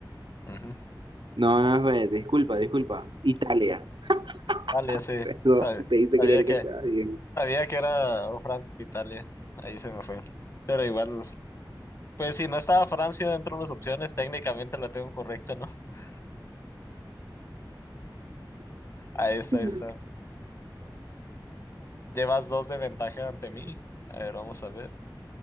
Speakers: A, on the left; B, on the right.
A: Ujú.
B: No, no, espérate, disculpa, disculpa. Italia.
A: Italia,
B: <laughs>
A: sí.
B: Perdón,
A: Sab-
B: te hice
A: sabía
B: creer
A: que,
B: que estaba bien.
A: sabía que era o Francia, o Italia. Ahí se me fue. Pero igual, pues si no estaba Francia dentro de las opciones, técnicamente la tengo correcta, ¿no? <laughs> Ahí está,
B: <laughs>
A: ahí está. Llevas dos de ventaja ante mí. A ver, vamos a ver.